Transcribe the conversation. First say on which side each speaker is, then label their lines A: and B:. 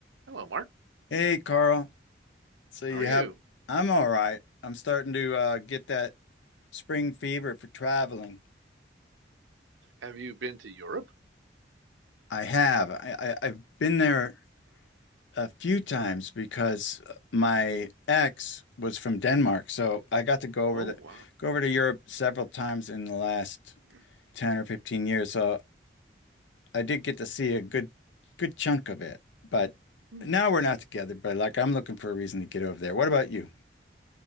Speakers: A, on the right; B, on the left.
A: Hello, Mark.
B: Hey, Carl. So you
A: How are you?
B: have, I'm all right. I'm starting to uh, get that spring fever for traveling.
A: Have you been to Europe?
B: I have. I, I, I've been there a few times because my ex was from Denmark. So I got to go
A: Oh,
B: over the,
A: wow.
B: go over to Europe several times in the last
A: <clears throat>
B: 10 or 15 years. So I did get to see a good, good chunk of it. But
A: Hmm.
B: now we're not together, but like I'm looking for a reason to get over there. What about you?